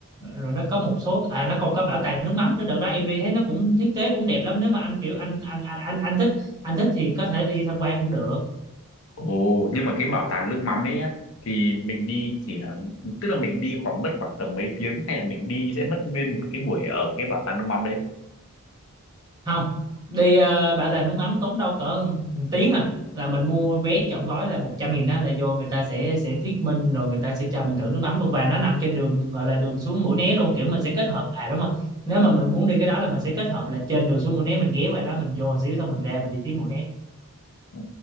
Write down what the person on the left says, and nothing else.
Ồ, nhưng mà cái bảo tàng nước mắm đấy á, thì mình đi chỉ là tức là mình đi khoảng mất khoảng tầm mấy tiếng hay là mình đi sẽ mất nguyên một cái buổi ở cái bảo tàng nước mắm đấy.
Ừ,